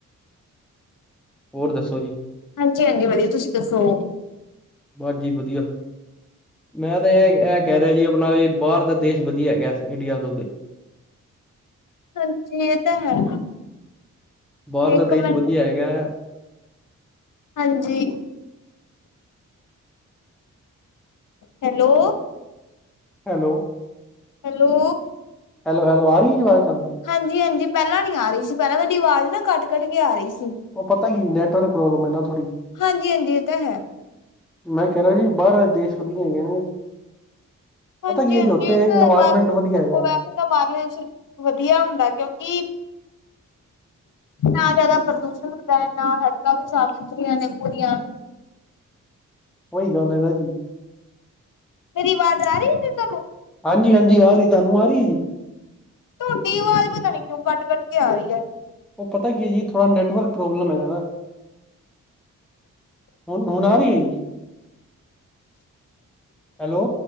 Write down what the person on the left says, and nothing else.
ਹਾਂਜੀ-ਹਾਂਜੀ ਵਧੀਆ, ਤੁਸੀ ਦੱਸੋ।
ਹਾਂਜੀ, ਇਹ ਤਾ ਹੈ।
ਇੱਕ
ਮਿੰਟ
ਹਾਂਜੀ। ਹੈਲੋ।
ਹੈਲੋ।
ਹਾਂਜੀ-ਹਾਂਜੀ ਪਹਿਲਾਂ ਨੀ ਆ ਰਹੀ ਸੀ। ਪਹਿਲਾਂ ਤੁਹਾਡੀ ਆਵਾਜ਼ ਨਾ ਕੱਟ-ਕੱਟ ਕੇ ਆ ਰਹੀ ਸੀ।
ਹਾਂਜੀ ਹਾਂਜੀ ਇਹ ਤਾਂ ਹੈ
ਹਾਂਜੀ
ਹਾਂਜੀ
ਇਹ
ਤਾਂ ਬਾਹਰ ਦੇਖੋ
ਵੈਸੇ ਤਾਂ ਬਾਹਲੇ 'ਚ, ਵਧੀਆ ਹੁੰਦਾ ਕਿਉਂਕਿ
ਨਾ ਜ਼ਿਆਦਾ ਪ੍ਰਦੂਸ਼ਣ ਹੁੰਦਾ, ਨਾ ਸੜਕਾਂ ਵੀ ਸਾਫ਼ ਸੁਥਰੀਆਂ ਨੇ ਪੂਰੀਆਂ।
ਮੇਰੀ ਆਵਾਜ਼ ਆ ਰਹੀ ਸੀ ਤੁਹਾਨੂੰ।
ਥੋਡੀ ਆਵਾਜ਼ ਪਤਾ ਨੀ ਕਿਉਂ ਕੱਟ, ਕੱਟ ਕੇ ਆ ਰਹੀ ਹੈ।